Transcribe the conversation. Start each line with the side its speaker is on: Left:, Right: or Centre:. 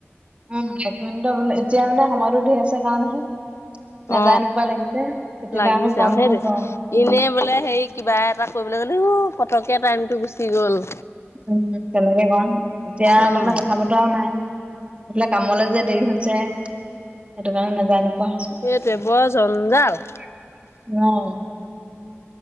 Right: উম, এক মিনিটৰ মানে এতিয়া মানে সময়টো ধৰি আছে কাৰণেহে। নাযায়
Left: অ,
Right: নোপোৱা লাগিছে কেতিয়াবা
Left: লাগিছে
Right: আকৌ কম
Left: আৰু সেইটোৱে
Right: হৈ পৰে উম
Left: ইনে বোলে হেৰীক কিবা এটা কৰিবলৈ গ'লেও পটককে টাইমটো গুচি গ'ল।
Right: উম, তেনেকে কম এতিয়া তাৰমানে
Left: অ',
Right: কথা- বতৰা নাই এইফালে কামলে যে দেৰি হৈছে। যে সেইটোকাৰণে নেজাই নোপোৱা হৈছে।
Left: সেইটোৱে বৰ জঞ্জাল।
Right: <unintelligible>